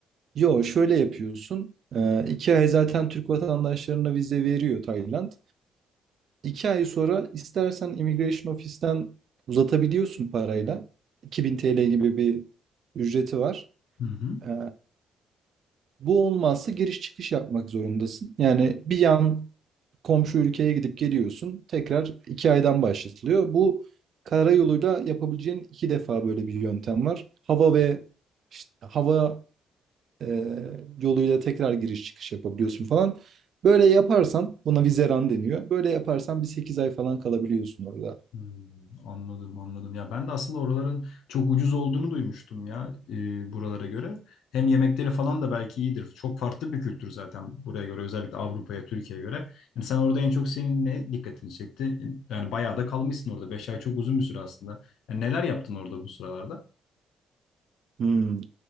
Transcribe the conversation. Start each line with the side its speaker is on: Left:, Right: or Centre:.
Right: Yo şöyle yapıyorsun. E, iki ay zaten Türk vatandaşlarına vize veriyor Tayland. İki ay sonra istersen Immigration Office'ten uzatabiliyorsun parayla. 2000 TL gibi bir ücreti var.
Left: Hı hı.
Right: Ee, bu olmazsa giriş çıkış yapmak zorundasın. Yani bir yan komşu ülkeye gidip geliyorsun. Tekrar iki aydan başlatılıyor. Bu karayoluyla yapabileceğin iki defa böyle bir yöntem var. Hava ve işte hava e, yoluyla tekrar giriş çıkış yapabiliyorsun falan. Böyle yaparsan buna vizeran deniyor. Böyle yaparsan bir sekiz ay falan kalabiliyorsun orada.
Left: Hmm, anladım anladım. Ya ben de aslında oraların çok ucuz olduğunu duymuştum ya e, buralara göre. Hem yemekleri falan da belki iyidir. Çok farklı bir kültür zaten buraya göre özellikle Avrupa'ya, Türkiye'ye göre. Yani sen orada en çok senin ne dikkatini çekti? Yani bayağı da kalmışsın orada. Beş ay çok uzun bir süre aslında. Yani neler yaptın orada bu sıralarda?
Right: Hmm.